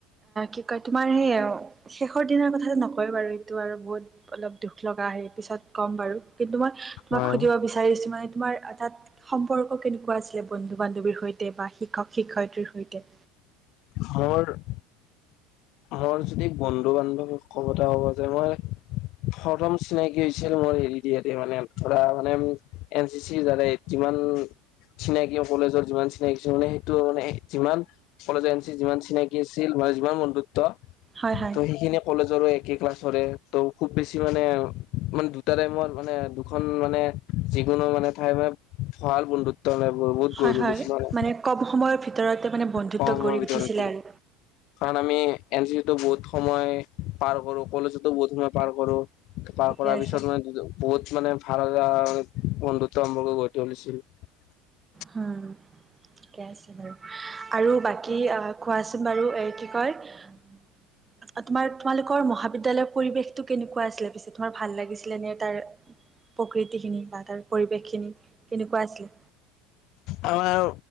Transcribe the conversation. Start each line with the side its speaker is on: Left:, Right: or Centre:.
Right: কি কয় তোমাৰ সেই শেষৰ দিনৰ কথা নকয় বাৰু এইটো আৰু বহুত অলপ দুখ লগা আহে পিছত কম <unintelligible> কিন্তু মই তোমাক
Left: হয়
Right: সুধিব বিচাৰিছো মানে তোমাৰ তাত সম্পৰ্ক কেনেকুৱা আছিলে বন্ধু বান্ধৱীৰ সৈতে বা শিক্ষক শিক্ষয়িত্ৰীৰ সৈতে
Left: আমাৰ <unintelligible> মোৰ যদি বন্ধু বান্ধৱী কব এটা <unintelligible> হ'ব যে মই প্ৰথম চিনাকি হৈছিল মোৰ এল ডি এতে মানে ধৰা মানে এন চি চিৰ দ <unintelligible> বাল <unintelligible> চিনাকি কলেজৰ যিমান চিনাকি আছিল মানে সেইটো মানে যিমান কলেজ এজেঞ্চি যিমান চিনাকি আছিল <unintelligible> যিমান বন্ধুত্ব
Right: হয় হয়
Left: ত সেইখিন কলেজৰো <unintelligible> ক্লাছৰে ত খুব বেছি মানে মানে দুটা টাইমৰ মানে দুখন মানে যিকোনো মানে ঠাই মানে ভাল বন্ধু ত বহুত
Right: হয়
Left: গৰিলো
Right: হয়
Left: নিছিলালে
Right: মানে কম সময়ৰ ভিতৰতে মানে বন্ধুত্ব
Left: পা
Right: গঢ়ি
Left: মৰ ভিতৰতে
Right: উঠিছিলে
Left: আছিল <unintelligible>
Right: আৰু
Left: <unintelligible> কাৰণ আমি এন চি চিটো বহুত সময় পাৰ কৰো কলেজতো বহুত সময়ে পাৰ কৰো পাৰ
Right: ঠিকে
Left: কৰাৰ
Right: আছে
Left: পিছত মানে বহুত মানে ভাল এটা বন্ধুত্ব আৰম্ভ কৰি গতি তুলিছিল <unintelligible>
Right: হু ঠিকে আছে বাৰু আৰু বাকী কোৱাচোন বাৰু এ কি কয় <unintelligible> তোমাৰ তোমালোকৰ মহাবিদ্যালয়ৰ পৰিৱেশটো কেনেকুৱা আছিলে পিছে তোমাৰ ভাল লাগিছিলে নে তাৰ প্ৰকৃতি খিনি বা তাৰ পৰিৱেশ খিনি কেনেকুৱা আছিলে
Left: আমাৰ